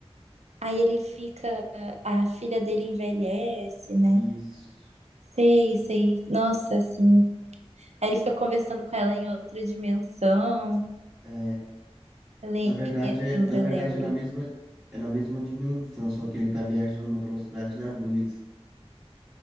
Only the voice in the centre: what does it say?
Isso.
É,
na verdade é, na
verdade
é na mesma é na mesma dimensão, só que ele tá viajando na velocidade da luz.